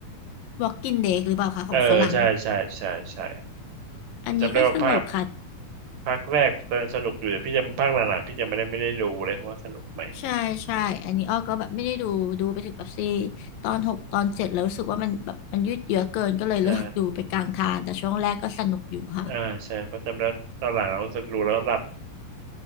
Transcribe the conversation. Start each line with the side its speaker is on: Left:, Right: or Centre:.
Left: Walking Dead หรือเปล่าคะของฝรั่ง
Right: เออใช่ใช่ใช่ใช่
Left: อันนี้ก็สนุกค่ะ
Right: จำได้ว่าภาคภาคแรกตอนสนุกอยู่แต่พี่จำภาคหลังๆพี่จำไม่ได้ไม่ได้ดูเลยเพราะว่าสนุกไหม
Left: ใช่ใช่อันนี้อ้อก็แบบไม่ได้ดูดูไปถึงแบบซีตอนหกตอนเจ็ดแล้วรู้สึกว่ามันแบบมันยืดเยื้อเกินก็เลยเลิกดูไปกลางทางแต่ช่วงแรกก็สนุกอยู่ค่ะ
Right: ใช่ อ่าใช่ประจำแล้วตอนหลังเรารู้สึกดูแล้วหลับ